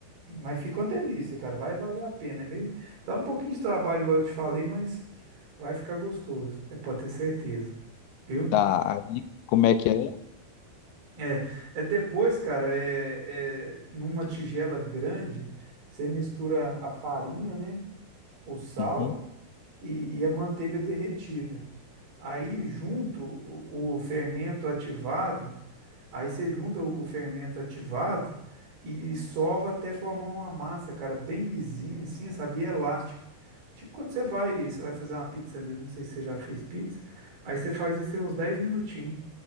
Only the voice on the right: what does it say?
Mas fica uma delícia, cara. Vai valer a pena. É meio... Dá um pouquinho de trabalho, igual eu te falei, mas vai ficar gostoso. É, pode ter certeza. Viu?
É, é depois, cara, é, é numa tigela grande, você mistura a farinha, né? O sal
e, e a manteiga derretida. Aí, junto, o, o fermento ativado Aí você junta o fermento ativado e, e sova até formar uma massa, cara, bem lisinha, assim, sabe? E é elástica. Tipo quando você vai, você vai fazer uma pizza mesmo, não sei se você já fez pizza. Aí você faz isso em uns 10 minutinhos,